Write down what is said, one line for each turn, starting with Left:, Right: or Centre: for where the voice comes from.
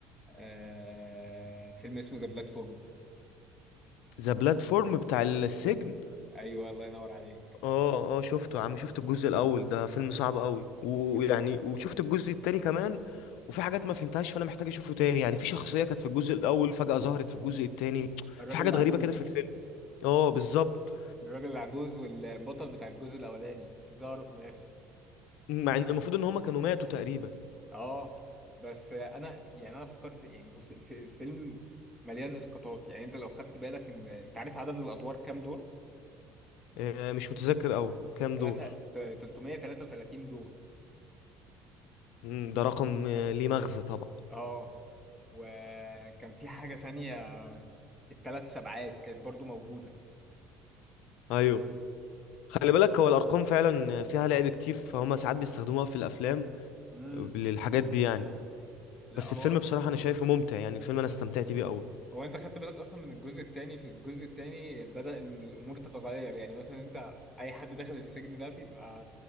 Centre: آه فيلم اسمه ذا بلاتفورم
Left: ذا بلاتفورم بتاع السجن
Centre: ايوه الله ينور عليك
Left: اه اه شفته يا عم شفت الجزء الاول ده فيلم صعب قوي ويعني
Centre: انت فاهم
Left: وشفت الجزء التاني كمان وفي حاجات ما فهمتهاش فانا محتاج اشوفه تاني يعني في شخصية كانت في الجزء الاول فجأة ظهرت في الجزء التاني
Centre: الراجل
Left: في حاجات
Centre: العجوز
Left: غريبة كده في الفيلم اه بالظبط
Centre: الراجل العجوز والبطل بتاع الجزء الاولاني ظهروا في الاخر
Left: مع ان المفروض ان هما كانوا ماتوا تقريبا
Centre: اه بس انا يعني انا افتكرت يعني بص الف- الفيلم مليان اسقاطات يعني انت لو خدت بالك ان انت عارف عدد الادوار كام دور؟
Left: آه، مش متذكر قوي كام
Centre: ثلاثة
Left: دور
Centre: 333 دور
Left: مم، ده رقم آه، ليه مغزى طبعا
Centre: اه وكان في حاجة تانية الثلاث سبعات كانت برضو موجودة
Left: ايوه خلي بالك هو الارقام فعلا فيها لعب كتير فهما ساعات بيستخدموها في الافلام
Centre: امم
Left: للحاجات دي يعني
Centre: لا
Left: بس
Centre: هو
Left: الفيلم بصراحة انا شايفه ممتع يعني الفيلم انا استمتعت بيه قوي
Centre: هو انت خدت بالك اصلا من الجزء الثاني في الجزء الثاني بدأ ان الامور تتغير يعني مثلا انت اي حد داخل السجن ده بيبقى